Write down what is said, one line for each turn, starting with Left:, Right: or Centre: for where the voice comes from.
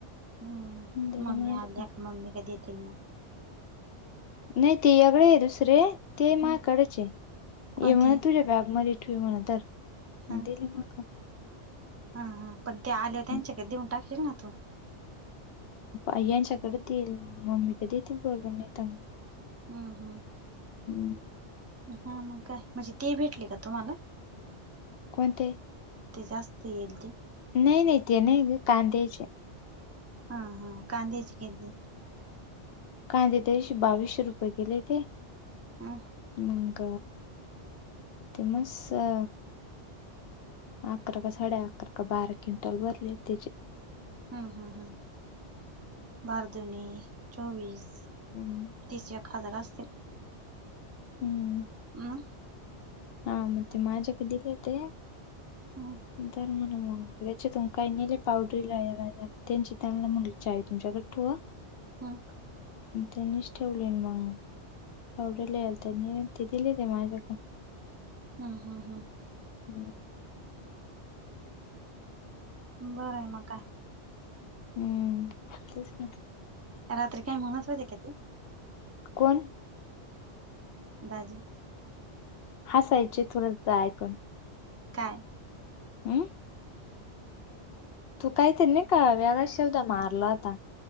Right: हम्म
Left: दिले
Right: मम्मी
Left: माझ्याकडे
Right: आल्या का मम्मी काधी येतील मग.
Left: नाही तेझाकडे आहे दुसरे ते मा
Right: हम्म
Left: कडेच आहे
Right: कोणते
Left: ये म्हण तुझ्या बॅगमध्ये ठेव म्हणा तर,
Right: हा
Left: दिली मग.
Right: हा हा पण ते आले
Left: मग
Right: त्यांच्याकडे देऊन टाकशील ना तू.
Left: आई यांंच्याकडे ठेईल मम्मी कधी येतील बोलबण नाही मग.
Right: ह हा.
Left: हम्.
Right: हा मग काय? म्हणजे ते भेटले का तुम्हाला?
Left: कोण ते?
Right: ते जास्त येईल ती.
Left: नाही नाही ते नाही ग कांद्याचे.
Right: हा हा कांद्याचे किती?
Left: कांदे त्याशी बावीसशे रुपये केले ते.
Right: हा.
Left: मग, ते मस अ अकरा का साडे अकरा का बारा क्विंटल भरले त्याचे.
Right: हम्म हम्म हम्म, बार दुनी चोवीस.
Left: हम्म.
Right: तीस एक हजार असतील,
Left: हम्म.
Right: हम्म.
Left: हा मग ते माझ्याक दिले ते,
Right: हम्म
Left: तर म्हण मग. त्याच्यातून काय नेले पावडरीला याला त्यांचे त्यांच्याकडे चावी तुमच्याकडे ठेवा.
Right: हम्म.
Left: त्यांनीच ठेवले मग. पावडर लय यालत म्हणून ते दिले माझ्याकडं.
Right: हम्म हम्म हम्म.
Left: हम्म.
Right: बरं आहे मग का?
Left: हम्म तेच ना.
Right: रात्री काय म्हणत होते का तू?
Left: कोण?
Right: दाजी.
Left: हासायचे थ्रू ऐकून.
Right: काय?
Left: हम्म. तू काहीतरी नाही का वेगळाच शब्द मारला होता.